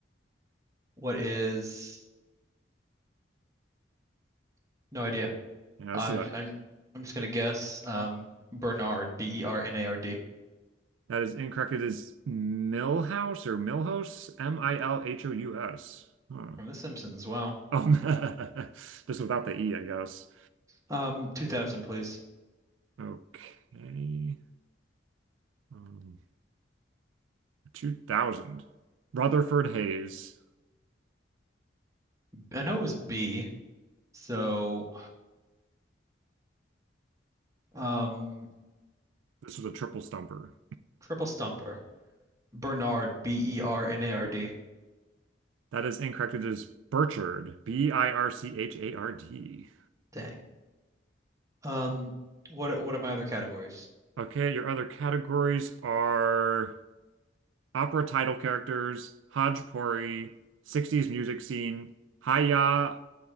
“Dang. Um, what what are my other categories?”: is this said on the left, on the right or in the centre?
Right